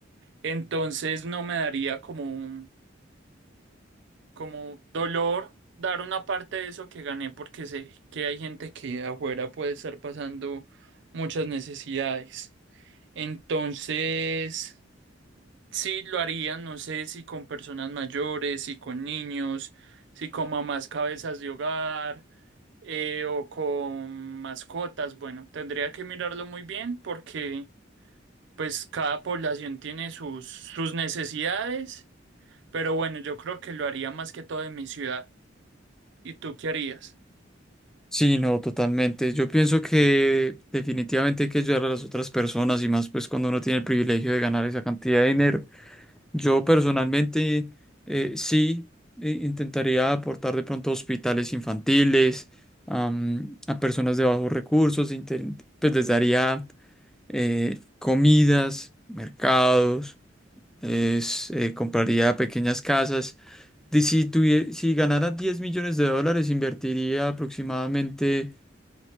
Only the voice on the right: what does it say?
Entonces no me daría como un como dolor dar una parte de eso que gané porque sé que hay gente que afuera puede estar pasando muchas necesidades. Entonces, sí lo haría, no sé si con personas mayores, si con niños, si con mamás cabezas de hogar eh, o con mascotas. Bueno, tendría que mirarlo muy bien porque pues cada población tiene sus, sus necesidades. Pero bueno, yo creo que lo haría más que todo en mi ciudad. ¿Y tú qué harías?